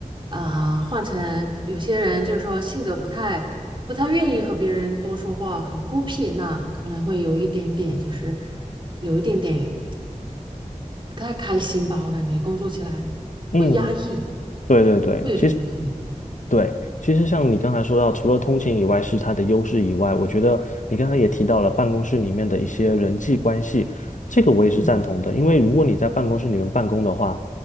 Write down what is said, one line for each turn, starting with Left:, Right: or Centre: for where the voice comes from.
Right: 啊、换成有些人就是说性格不太不太愿意和别人多说话，很孤僻，那可能会有一点点就是有一点点不太开心吧，我感觉工作起来会压抑，
Left: 嗯，对对对，
Right: 会有这种可能。
Left: 其实对，其实像你刚才说到，除了通勤以外是它的优势以外，我觉得你刚才也提到了办公室里面的一些人际关系，这个我也是赞同的。
Right: 嗯
Left: 因为如果你在办公室里面办公的话，